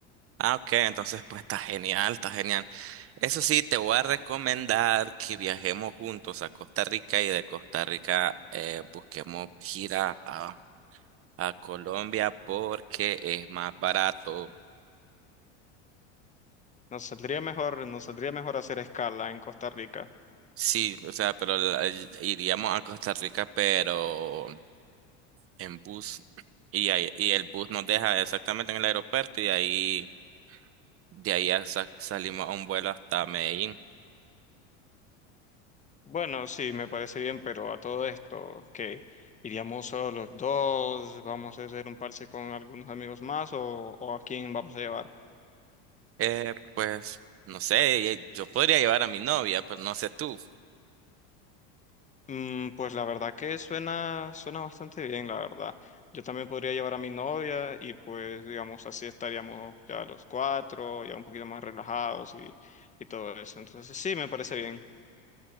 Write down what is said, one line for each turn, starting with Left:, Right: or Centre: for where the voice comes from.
Right: ah, ok, entonces pues está genial, está genial. Eso sí, te voy a recomendar que viajemos juntos a Costa Rica y de Costa Rica eh, busquemos gira a, a Colombia porque es más barato.
Left: Nos saldría mejor, nos saldría mejor hacer escala en Costa Rica.
Right: Sí, o sea, pero la- el- iríamos a Costa Rica, pero en bus y, ahí- y el bus nos deja exactamente en el aeropuerto y de ahí de ahí ya sa- salimos a un vuelo hasta Medellín.
Left: Bueno, sí, me parece bien, pero a todo esto, que iríamos solo los dos, vamos a hacer un parche con algunos amigos más o, o a quién vamos a llevar.
Right: Eh, pues no sé, eh, yo podría llevar a mi novia, pero no sé tú.
Left: Mm, pues la verdad que suena, suena bastante bien, la verdad. Yo también podría llevar a mi novia y pues digamos así estaríamos ya los cuatro, ya un poquito más relajados y, y todo eso. Entonces sí, me parece bien.